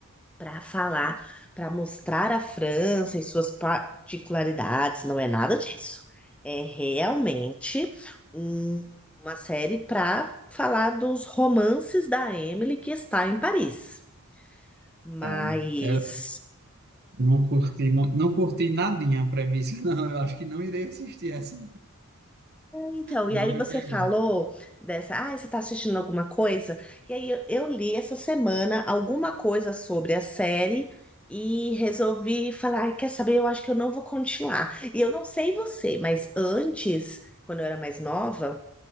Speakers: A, in the centre; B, on the right.
A: para falar, para mostrar a França e suas particularidades, não é nada disso. É realmente um- uma série para falar dos romances da Emily que está em Paris. Mas.
B: É, eu não curti, não, não curti nadinha a premissa, <laughs> não. Eu acho que não irei assistir essa.
A: Então,
B: Não
A: e aí
B: me
A: você
B: pegou.
A: falou dessa, ah, você está assistindo alguma coisa? E aí eu, eu li essa semana alguma coisa sobre a série e resolvi falar, "Ai, quer saber? Eu acho que eu não vou continuar. E eu não sei você, mas antes, quando eu era mais nova,